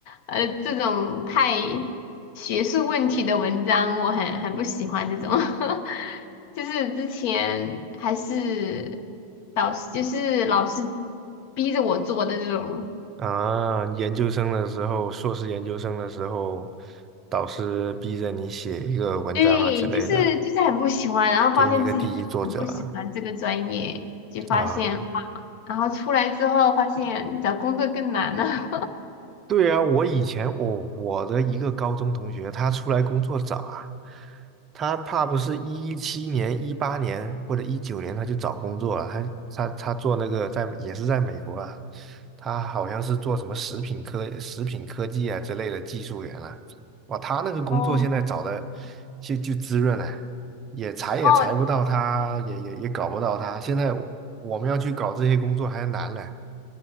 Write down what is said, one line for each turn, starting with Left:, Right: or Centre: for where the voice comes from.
Left: 呃这种太学术问题的文章，我很很不喜欢这种。<laughs> 就是之前还是导师，就是老师逼着我做的这种，
Right: 啊，研究生的时候，硕士研究生的时候，导师逼着你写一个文章啊之类的，
Left: 对，就是就是很不喜欢，然后发现自己真的很不喜欢这个专业，
Right: 给你一个第一作者
Left: 就发现。
Right: 啊啊
Left: 然后出来之后发现找工作更难了。<laughs>
Right: 对啊，我以前我我的一个高中同学，他出来工作早啊，他怕不是一七年、一八年或者一九年他就找工作了，他他他做那个在也是在美国啊，他好像是做什么食品科、食品科技啊之类的技术员啊，哇，他那个工作现在找的就就滋润啊，
Left: 哦，
Right: 也裁也裁不到他，
Left: 哦，
Right: 也也也搞不到他，现在我们要去搞这些工作还难了，